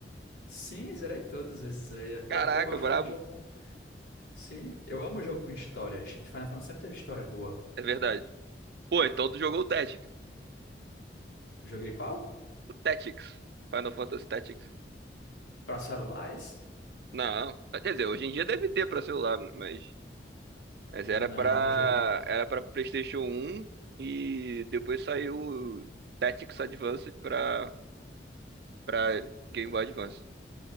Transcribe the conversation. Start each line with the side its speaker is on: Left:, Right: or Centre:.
Left: Sim, zerei todos esses aí.
Right: Caraca,
Left: É porque eu gosto
Right: brabo.
Left: muito de jogo com. Sim, eu amo jogo com história. Final Fantasy sempre teve história boa.
Right: É verdade. Pô, então tu jogou o Tactics.
Left: Joguei qual?
Right: O Tactics. Final Fantasy Tactics.
Left: Pra celular, esse?
Right: Não. Quer dizer, hoje em dia deve ter pra celular, mas. Mas
Left: Não,
Right: era pra.
Left: não joguei.
Right: Era pra PlayStation um e depois saiu o Tactics Advanced pra, pra Game Boy Advance.